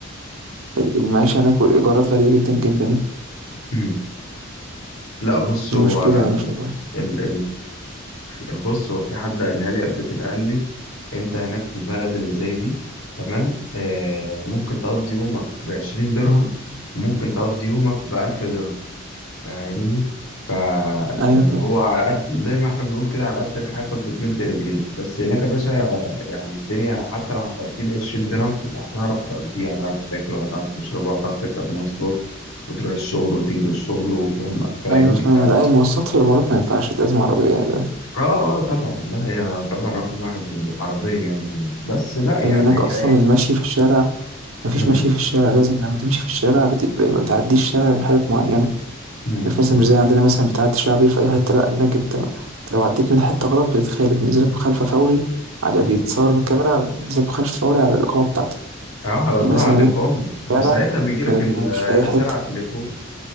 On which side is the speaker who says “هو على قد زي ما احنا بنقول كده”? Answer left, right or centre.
Left